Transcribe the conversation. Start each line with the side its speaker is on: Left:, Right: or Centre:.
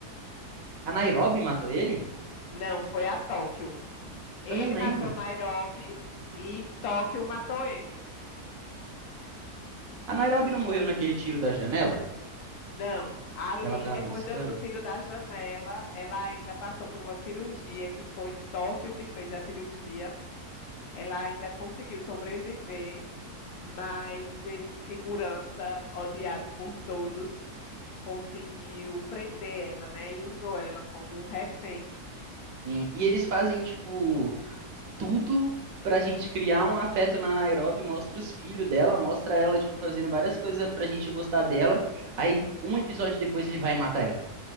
Right: A Nairobi matou ele?
Left: Não, foi a Tóquio. Ele
Right: Eu não lembro.
Left: matou Nairobi e Tóquio matou ele.
Right: A Nairobi não morreu naquele tiro da janela?
Left: Não, ali,
Right: Que ela tava
Left: depois
Right: moscando?
Left: do, do tiro da janela, ela ainda passou por uma cirurgia, que foi Tóquio que fez a cirurgia. Ela ainda conseguiu sobreviver, mas esse segurança, odiado por todos, conseguiu prender ela, né? E usou ela como um refém.
Right: Sim. E eles fazem, tipo, tudo pra gente criar um afeto na Nairobi, mostra os filhos dela, mostra ela, tipo, fazendo várias
Left: Isso.
Right: coisas pra gente gostar dela. Aí, um episódio depois, ele vai matar ela.